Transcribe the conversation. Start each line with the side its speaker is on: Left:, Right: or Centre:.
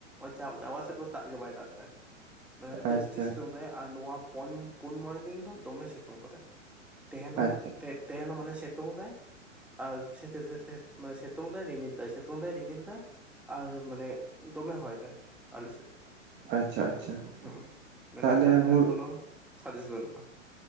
Centre: ᱪᱟ ᱪᱟᱵᱟ ᱥᱮᱫ ᱫᱚ ᱫᱟᱜ ᱜᱮ ᱵᱟᱭ ᱫᱟᱜ ᱫᱟᱭ ᱢᱟᱱᱮ ᱡᱟᱹᱥᱛᱤ
Right: ᱟᱪᱪᱷᱟ
Centre: ᱥᱤᱛᱩᱝ ᱫᱟᱭ ᱟᱨ ᱱᱚᱣᱟ ᱯᱳᱱ ᱯᱩᱱ ᱢᱚᱬᱮᱸ ᱫᱤᱱ ᱫᱚ ᱫᱚᱢᱮ ᱥᱤᱛᱩᱝ ᱠᱟᱫᱟᱭ᱾ ᱛᱮᱦᱮᱱᱚ
Right: ᱟᱪᱪᱷᱟ
Centre: ᱛᱮ ᱛᱮᱦᱮᱱ ᱦᱚᱸ ᱢᱟᱱᱮ ᱥᱮᱛᱩᱝ ᱫᱟᱭ ᱟᱨ ᱥᱮ ᱥᱮ ᱥᱮ ᱢᱟᱱᱮ ᱥᱮᱛᱳᱝ ᱫᱟᱭ ᱨᱤᱢᱤᱞ ᱫᱟᱭ ᱥᱮᱛᱳᱝ ᱫᱟᱭ ᱨᱤᱢᱤᱞ ᱫᱟ ᱟᱨ ᱢᱟᱱᱮ ᱫᱚᱢᱮ ᱦᱚᱭ ᱫᱟᱭ᱾ ᱟᱞᱮ ᱥᱮᱫ
Right: ᱟᱪᱪᱷᱟ ᱟᱪᱪᱷᱟ
Centre: ᱦᱮ ᱢᱟᱱᱮ
Right: ᱛᱟᱦᱚᱞᱮ
Centre: ᱫᱟᱜ ᱨᱮᱱᱟᱜ
Right: ᱦᱩᱲᱩ
Centre: ᱠᱳᱱᱳ ᱥᱟᱸᱫᱮᱥ ᱵᱟᱹᱱᱩᱜ-ᱟ᱾